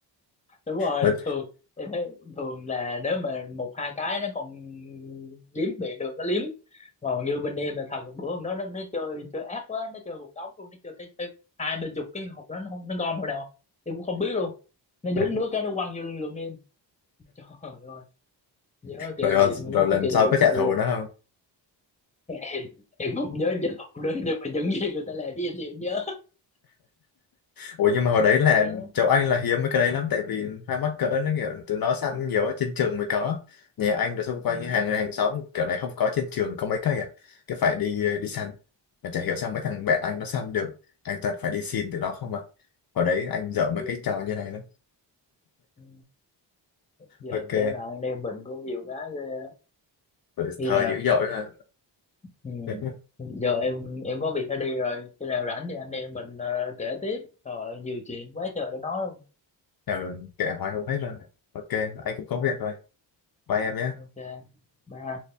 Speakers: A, on the left; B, on the left.
A: đúng rồi
B: rồi,
A: thường em thấy thường là nếu mà một hai cái nó còn liếm miệng được nó liếm còn như bên em là thật là bữa hôm đó nó, nó chơi chơi ác quá nó chơi một đống luôn nó chơi cái, cái hai bên chục cái hộp đó nó không- nó gom vào đâu em cũng không biết luôn nó
B: <laughs>
A: nhúng nước cái nó quăng vô lưng lưng em <laughs> trời ơi nhớ kỷ
B: rồi,
A: niệm
B: rồi,
A: nhớ
B: rồi lần
A: cái kỷ
B: sau
A: niệm
B: có trả
A: xưa.
B: thù nó không
A: <laughs> em em không nhớ trên hộp nữa nhưng mà những gì người ta làm với em thì em nhớ
B: ủa nhưng mà hồi
A: <laughs>
B: đấy là
A: gì đó
B: cháu anh là hiếm mấy cái đấy lắm tại vì hai mắc cỡ nó kiểu tụi nó săn nhiều ở trên trường mới có nhà anh rồi xung quanh
A: ừ.
B: cái hàng hàng xóm kiểu này không có trên trường có mấy cây à cái phải đi đi săn
A: nè,
B: mà chả hiểu sao mấy thằng
A: gì
B: bạn
A: đó
B: anh nó săn được anh toàn phải đi xin tụi nó không mà hồi đấy anh dở mấy
A: kia
B: cái
A: em
B: trò
A: gì
B: như này lắm
A: ừ. giờ
B: ok
A: cái rồi anh em mình cũng nhiều cái ghê
B: Ừ,
A: khi
B: Thơ
A: nào
B: dữ dội ha.
A: ừ.
B: <laughs>
A: giờ em em có việc phải đi rồi khi nào rảnh thì anh em mình ờ, kể tiếp trời ơi, nhiều chuyện quá trời để nói luôn
B: Ừ, kệ hoài không hết rồi. Ok, anh cũng có
A: ừ.
B: việc rồi. Bye em nhé.
A: ok bye